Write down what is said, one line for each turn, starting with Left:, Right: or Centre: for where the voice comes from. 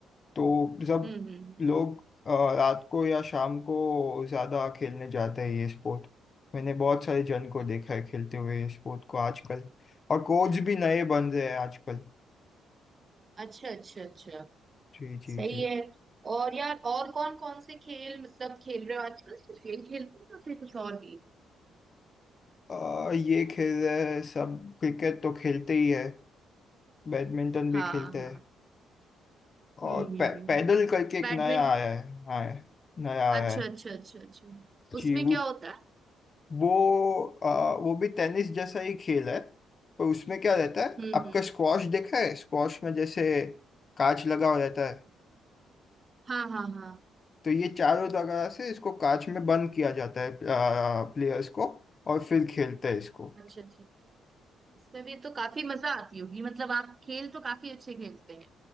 Left: तो सब
Right: हम्म हम्म हम्म,
Left: लोग अ, रात को या शाम को ज़्यादा खेलने जाते हैं ये स्पोर्ट मैंने बहुत सारे जन को
Right: अच्छा
Left: देखा है खेलते हुए ये स्पोर्ट को आजकल और कोच
Right: अच्छा
Left: भी नए बन रहे हैं आजकल
Right: अच्छा अच्छा अच्छा।
Left: जी जी
Right: सही
Left: जी
Right: है और यार और कौन कौन से खेल मतलब खेल रहे हो आजकल सिर्फ यही खेलते हो या फिर कुछ और भी
Left: अ, ये खेल रहे हैं सब क्रिकेट तो खेलते ही है बैडमिंटन भी
Right: हाँ
Left: खेलते
Right: हाँ
Left: हैं
Right: हम्म
Left: और
Right: हम्म
Left: पै,
Right: हम्म
Left: पैदल करके एक
Right: बैडमिंटन
Left: नया आया है हाँ नया आया
Right: अच्छा
Left: है
Right: अच्छा अच्छा अच्छा
Left: जी
Right: उसमें
Left: वो
Right: क्या होता है
Left: वो आ, वो भी टेनिस जैसा ही खेल है पर उसमें क्या रहता है
Right: हम्म
Left: आपका
Right: हम्म
Left: स्क्वॉश देखा है स्क्वॉश में जैसे कांच लगा हो जाता है
Right: हाँ हाँ हाँ
Left: तो ये चारों जगह से इसको कांच में बंद किया जाता है प्लेयर्स को और फिर खेलते हैं इसको
Right: अच्छा अच्छा इसमें भी तो काफी मजा आती होगी मतलब आप खेल तो काफी अच्छे खेलते हैं